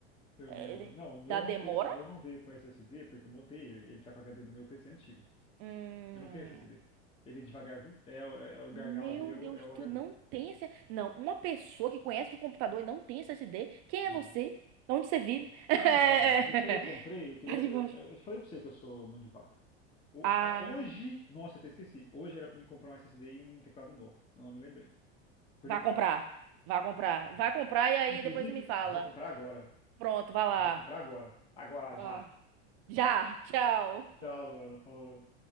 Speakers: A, on the left (about 15°); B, on the right (about 45°).
A: Eu
B: É,
A: lembro. Não, o meu
B: da
A: não
B: demora?
A: te... o meu não veio com SSD porque eu montei ele. Ele tá com o HD do meu PC antigo.
B: Hum,
A: Eu não tenho SSD. Ele é devagar, viu? É, o- é, o gargalo
B: meu
A: dele é
B: Deus,
A: o, é o HD.
B: tu não tem esse... Não, uma pessoa que conhece de computador e não tem SSD, quem
A: Não.
B: é você? Onde você vive? <laughs>
A: Ah, não. Mas é que quando eu comprei, eu queria.
B: Tá debaixo.
A: Eu, eu- eu falei pra você que eu sou mão de vaca. O-
B: Ah,
A: hoje. Nossa, eu até esqueci. Hoje era pra mim comprar um SSD e um teclado novo. Eu não me lembrei. Acordei
B: vá
A: tarde.
B: comprar. Vá comprar.
A: Vou
B: Vá
A: comprar.
B: comprar e aí
A: Inclusive,
B: depois me fala.
A: vou comprar agora.
B: Pronto, vá lá.
A: Vou comprar agora. Agora
B: Vá.
A: já.
B: Já, tchau.
A: Tchau, Laura. Falou.